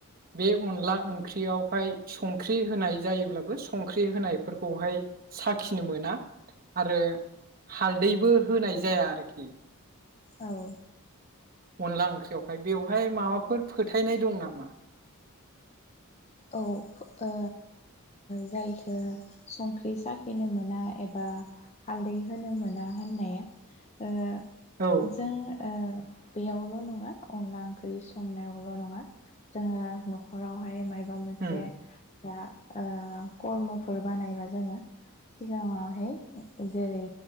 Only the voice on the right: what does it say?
बे अनला ओंख्रियावहाय संख्रि होनाय जायोब्लाबो संख्रि होनायफोरखौहाय साखिनो मोना आरो हालदैबो होनाय जाया आरोखि
अनला ओंख्रियावहाय बेवहाय माबाफोर फोथायनाय दं नामा?
औ
उम